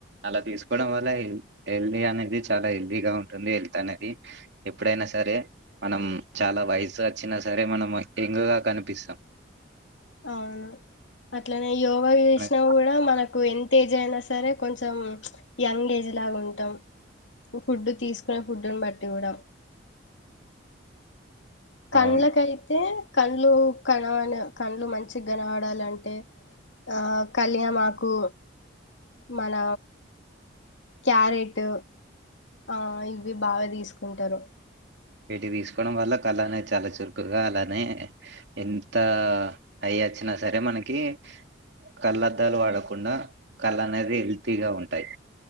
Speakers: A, on the right; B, on the left.
A: అలా తీసుకోవడం వల్లా హె హెల్దీ అనేది చాలా హెల్దీగా ఉంటుంది. హెల్ ల్త్అనేది ఎప్పుడైనా సరే మనం చాలా వయసు వచ్చిన సరే మనం యంగ్ గా క నిపిస్తాం.
B: అవును అట్లనే యోగా చేశినా
A: మన-
B: కూడా మనకు ఎం తేజ్ అయినా సరే కొంచెం యంగ్ ఏజ్ లాగా ఉంటం. ఫుడ్ తీసుకునే ఫుడ్డును బట్టి కూడా. కండ్లకైతే
A: అవును
B: కళ్లు కనవన కళ్ళు మంచి కనవడాలంటే ఆ కళ్యామాకు మన క్యారెట్ ఆ ఇవి బాగా తీసుకుంటరు.
A: వీటిని తీసుకోవడం వల్ల కల్లనేయి చాలా చురుకుగా అలానే ఎంతా ఏజ్ అచ్చినా సరే మనకి కళ్ళద్దాలు వాడకుండా కళ్ళు అనేవి హెల్తీగా ఉంటాయి.